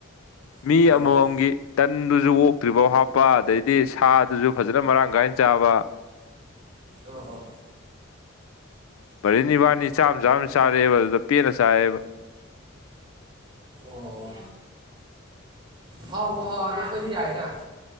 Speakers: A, on the left; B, on the right.
A: ꯃꯤ
B: ꯍꯣꯏꯅꯦ
A: ꯑꯃꯃꯝꯒꯤ ꯇꯟꯗꯨꯁꯨ ꯑꯣꯇ꯭ꯔꯤꯐꯥꯎ ꯍꯥꯞꯄ ꯑꯗꯩꯗꯤ ꯁꯥꯗꯨꯁꯨ ꯐꯖꯅ ꯃꯔꯥꯡ ꯀꯥꯏꯅ ꯆꯥꯕ
B: ꯑ ꯑ
A: ꯚꯔꯦꯟ ꯅꯤ ꯋꯥꯅꯤ ꯆꯥꯝ ꯆꯥ ꯑꯃ ꯆꯥꯔꯦꯕ ꯑꯗꯨꯗ ꯄꯦꯟꯅ ꯆꯥꯏꯑꯦꯕ
B: ꯑꯣ ꯍꯥꯎꯕꯨ ꯍꯥꯎꯔꯗꯤ ꯑꯩꯈꯣꯏꯗꯤ ꯌꯥꯏꯅ